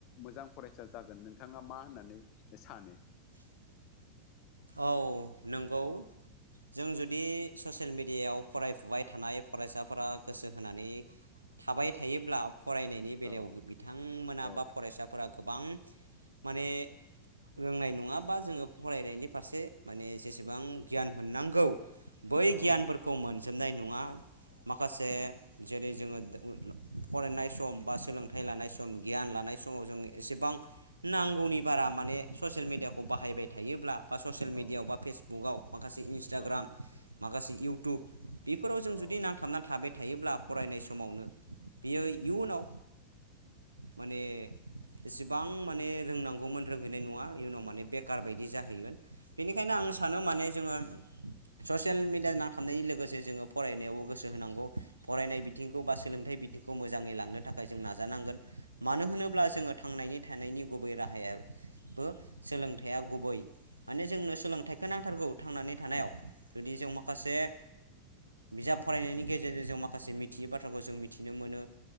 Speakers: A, on the left; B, on the right.
A: मोजां फरायसा जागोन नोंथाङा मा होननानै सानो
B: <inaudible> औ नंगौ जों जुदि ससियेल मिडियायाव फरायफुबाय थानाय फरायसाफोरा गोसो होनानै थाबाय थायोब्ला फरायनायनि बेलायाव
A: औ
B: बिथांमोना
A: औ
B: बा फरायसाफोरा गोबां माने रोंनाय नङाबा जोङो फरायनायनि फारसे माने जेसेबां गियान मोननांगौ बै
A: औ
B: गियानफोरखौ मोनजोबनाय नङा। माखासे
A: औ
B: जेरै जोङो फरायनाय सम बा सोलोंथाइ लानाय सम गियान लानाय थानाय समाव जों एसेबां नांगौनि बारा माने ससियेल मिेडियाखौ बाहायबाय थायोब्ला बा ससियेल मिडियायाव
A: औ
B: बा फेसबुक आव माखासे इन्सटाग्राम
A: औ
B: माखासे इउटुब बिफोराव जों जुदि
A: औ औ
B: नांथाबनानै थाबाय थायोब्ला फरायनाय समावनो बियो इयुनाव माने एसेबां माने रोंनांगौमोन रोंहैनाय नङा इयुनाव माने बेखार बायदि जाहैगोन। बेनिखायनो आं सानो माने जोङो ससियेल मेडिया नांथाबनायजों लोगोसे जोङो फरायनायावबो गोसो होनांगौ फरायनाय बिथिंखौ बा सोलोंथाइ बिथिंखौ मोजाङै लांनो थाखाय जों नाजानांगोन मानो होनोब्ला जोङो थांनायनि थानायनि गुबै राहायाबो सोलोंथाइया गुबै माने जोंनो सोलोंथाइखौ नांथारगौ थांनानै थानायाव जुदि जों माखासे बिजाब फरायनायनि गेजेरजों जों माखासे मिथियै बाथ्राखौ जों मिथिनो मोनो।